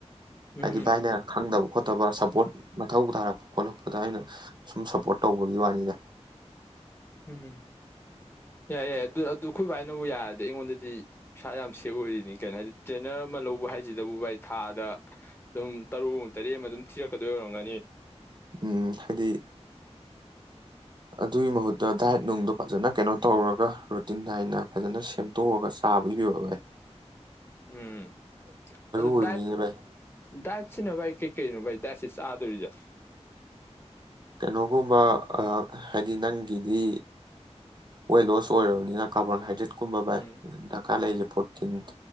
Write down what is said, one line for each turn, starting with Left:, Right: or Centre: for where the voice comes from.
Left: ꯎꯝ
Right: ꯍꯥꯏꯗꯤ ꯚꯥꯏꯅ ꯈꯪꯗꯕ ꯈꯣꯠꯇꯕ ꯁꯞꯄꯣꯔꯠ ꯃꯊꯧ ꯇꯥꯔꯛꯄ ꯈꯣꯠꯂꯛꯄꯗ ꯑꯩꯅ ꯁꯝ ꯁꯞꯄꯣꯔꯠ ꯇꯧꯕꯒꯤ ꯋꯥꯅꯤꯗ
Left: ꯎꯝꯝ ꯌꯥꯏ ꯌꯥꯏ ꯑꯗꯨ ꯑꯗꯨ ꯑꯩꯈꯣꯏ ꯚꯥꯏꯅꯕꯨ ꯌꯥꯔꯗꯤ ꯑꯩꯉꯣꯟꯗꯗꯤ ꯄꯩꯁꯥ ꯌꯥꯝ ꯁꯦꯐ ꯑꯣꯏꯔꯤꯅꯤ ꯀꯩꯅꯣ ꯍꯥꯏꯗꯤ ꯇ꯭ꯔꯦꯅꯔ ꯑꯃ ꯂꯧꯕ ꯍꯥꯏꯁꯤꯗꯕꯨ ꯚꯥꯏ ꯊꯥꯗ ꯑꯗꯨꯝ ꯇꯔꯨꯛ ꯑꯃ ꯇꯔꯦꯠ ꯑꯃ ꯑꯗꯨꯝ ꯊꯤꯔꯛꯀꯗꯣꯏ ꯑꯣꯏꯔꯝꯒꯅꯤ
Right: ꯎꯝ ꯍꯥꯏꯗꯤ ꯑꯗꯨꯒꯤ ꯃꯍꯨꯠꯇ ꯗꯥꯏꯠ ꯅꯨꯡꯗꯣ ꯐꯖꯅ ꯀꯩꯅꯣ ꯇꯧꯔꯒ ꯔꯨꯇꯤꯟ ꯅꯥꯏꯅ ꯐꯖꯅ ꯁꯦꯝꯗꯣꯛꯑꯒ ꯆꯥꯕ ꯏꯕꯤꯚꯏ
Left: ꯎꯝ ꯑꯗꯨꯣ
Right: ꯑꯣꯏꯕꯅꯤꯅꯦ
Left: ꯏ
Right: ꯚꯥꯏ
Left: ꯗꯥꯏꯠꯁꯤꯅ ꯥꯏ ꯀꯩꯀꯩꯅꯣ ꯥꯏ ꯁꯤꯁ ꯁꯥꯗꯔꯤꯖ
Right: ꯀꯩꯅꯣꯒꯨꯝꯕ ꯍꯥꯏꯗꯤ ꯅꯪꯒꯤꯗꯤ ꯋꯦꯠ ꯂꯣꯁ ꯑꯣꯏꯔꯕꯅꯤꯅ ꯀꯥꯔꯕꯣꯟꯍꯥꯏꯗ꯭ꯔꯦꯠ ꯀꯨꯝꯕꯕꯥꯏ
Left: ꯎꯝ
Right: ꯗꯀꯥ ꯂꯩꯖ ꯐꯣꯔꯇꯤꯟ